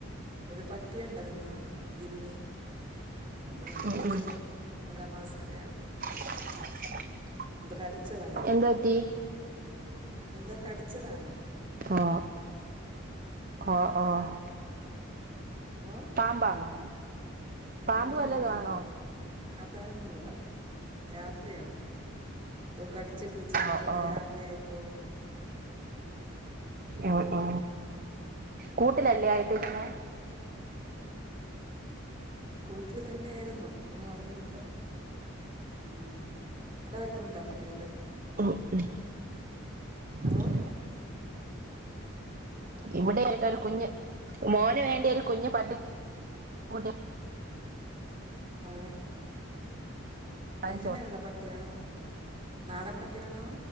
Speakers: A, on the right; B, on the right.
A: ഒരു പട്ടി ഉണ്ടായിരുന്നു, ജിമ്മി. അത്
B: ഉം
A: മറിച്ച്
B: ഉം
A: ഒന്നര മാസം വരെ
B: <unintelligible>
A: കടിച്ചതാണതിനെ.
B: എന്ത് പറ്റി
A: എന്തോ കടിച്ചതാണ്.
B: ആഹ ആ ആഹ ആഹ.
A: ഏ
B: പാമ്പാണോ, പാമ്പ്
A: ഒന്നും
B: വല്ലതു
A: അറിഞ്ഞൂടാ
B: ആണോ?
A: അതറിഞ്ഞൂടാ രാത്രിയാണ്. എന്തോ കടിച്ച് പിടിച്ച് പിറ്റേന്ന്
B: ഓ ഓ
A: രാവിലെ ആയപ്പോൾ.
B: ആ ആ കൂട്ടിലല്ലേ ആയിട്ടിരുന്നേ?
A: കൂട്ടിൽ തന്നെ ആയിരുന്നു ഒന്നു അറിഞ്ഞൂകൂട ഉം അട വല്ലതുണ്ടൊ പട്ടി വല്ലതും
B: <unintelligible> <unintelligible>
A: ഓ
B: ഇവിടെയായിട്ടൊരു കുഞ്ഞ്.. മോന് വേണ്ടി ഒരു കുഞ്ഞ് പട്ടി.. കുട്ട്
A: ആഹ
B: വാങ്ങിച്ചു
A: എങ്ങനെയുള്ള പട്ടിയാണ്? നാടൻ പട്ടിയാണോ?